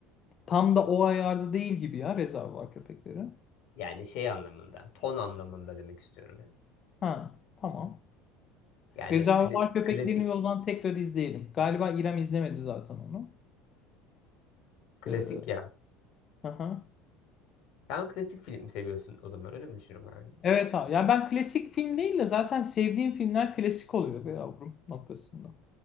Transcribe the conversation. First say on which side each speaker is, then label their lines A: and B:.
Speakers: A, on the left (about 30°); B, on the left (about 60°).
A: Tam da o ayarda değil gibi ya Rezervuar Köpekleri.
B: Yani şey anlamında ton anlamında demek istiyorum ya.
A: Ha tamam.
B: Yani
A: Rezervuar
B: kla-
A: Köpeklerini
B: klasik
A: ve o zaman tekrar izleyelim. Galiba İrem izlemedi zaten onu.
B: klasik
A: Ee,
B: ya.
A: hı hı.
B: Sen klasik film seviyorsun o zaman öyle mi düşünüyorum yani?
A: Evet abi. Yani ben klasik film değil de zaten sevdiğim filmler klasik oluyor be yavrum noktasında.